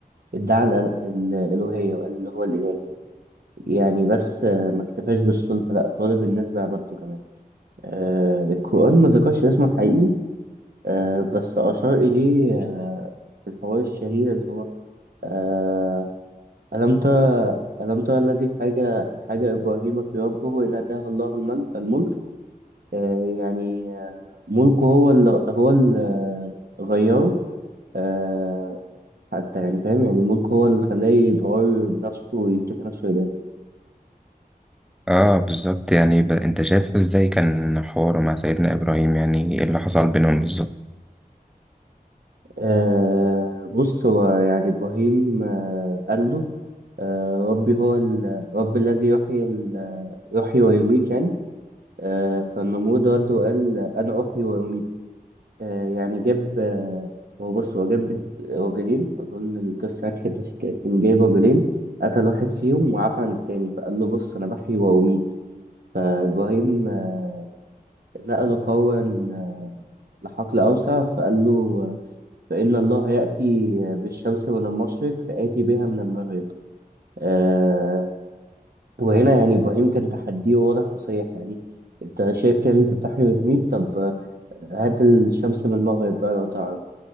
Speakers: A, on the right; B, in the centre.
A: ادعى الأل- الالوهيه وقال اللي هو الاله يعني بس آه، ما اكتفاش بالسلطه لا طالب الناس بعبادته كمان آه، القران ما ذكرش اسمه الحقيقي آه، بس اشار اليه آه، في الحوار الشهير اللي هو آه، الم ترى الم ترى الذي حاجه حاجه ابراهيم في ربه ان اتاه الله المل- الملك آه، يعني آه، ملكه هو اللي هو اللي غيره آه، حتى يعني فاهم يعني ملكه هو اللي خلاه يتغير بنفسه ويفتكر نفسه إله
B: اه بالظبط يعني ب... انت شايف ازاي كان حواره مع سيدنا ابراهيم يعني ايه اللي حصل بينهم بالظبط
A: آه بص هو يعني إبراهيم آه قال له آه ربي هو ال... رب الذي يحيي ال... يحيي ويميت يعني آه فالنمرود رد وقال أنا أحيي ويميت آه يعني جاب آه هو بص هو جاب رجلين أظن القصة كانت ماشية كده، كان جايب رجلين قتل واحد فيهم وعفى عن التاني فقال له بص أنا بحيي وأميت فإبراهيم آه نقله فورا آه لحقل أوسع فقال له فإن الله يأتي بالشمس من المشرق فآتي بها من المغرب آه وهنا يعني إبراهيم كان تحديه واضح وصريح يعني أنت شايف كده إن أنت بتحيي وتميت طب آه، هات الشمس من المغرب بقى لو تعرف